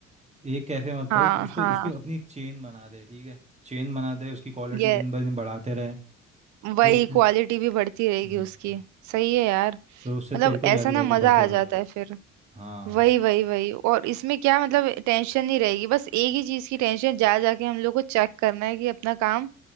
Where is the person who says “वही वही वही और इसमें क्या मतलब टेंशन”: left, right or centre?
Right